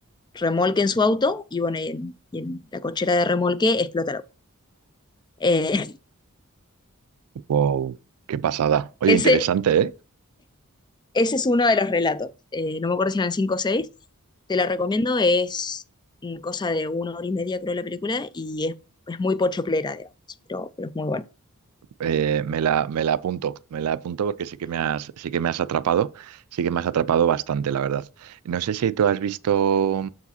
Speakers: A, on the left; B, on the right.
A: remolquen su auto y bueno, y en, y en la cochera de remolque explota el auto. Eh,
B: Wow, qué pasada. Oye,
A: <laughs>
B: interesante,
A: ese,
B: ¿eh?
A: ese es uno de los relatos, Eh, no me acuerdo si eran 5 o seis te la recomiendo, es mm, cosa de una hora y media creo la película y es, es muy pochoclera, digamos, pero, pero es muy buena.
B: Eh, me la, me la apunto, me la apunto porque sí que me has, sí que me has atrapado, sí que me has atrapado bastante, la verdad. No sé si tú has visto,